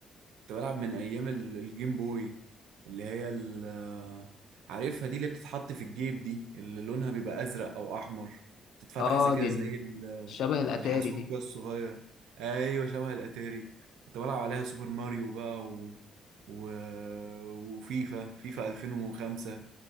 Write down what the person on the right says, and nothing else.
كنت بلعب من ايام ال- الجيم بوي اللي هي ال- آه، عارفها دي اللي بتتحط في الجيب دي اللي لونها بيبقى ازرق او احمر تتفتح
زي كده
زي
الحاسوب
كده الصغير ايوه شبه الاتاري كنت بلعب عليها سوبر ماريو بقى و... و... وفيفا فيفا 2005